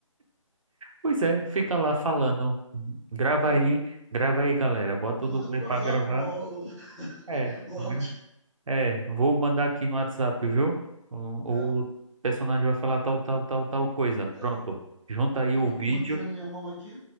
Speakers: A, on the right (about 70°); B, in the centre.
A: pois é, fica lá falando. Grava
B: É.
A: aí, grava aí, galera. Bota o dublê
B: Manda por
A: pra
B: WhatsApp
A: gravar.
B: o, o, <laughs>
A: É,
B: o
A: gra-
B: áudio.
A: é, vou mandar aqui no WhatsApp, viu? O,
B: É,
A: o personagem vai falar tal, tal, tal, tal coisa.
B: é.
A: Pronto. Junta aí
B: Tô
A: o
B: aqui
A: vídeo.
B: com o roteiro na minha mão aqui.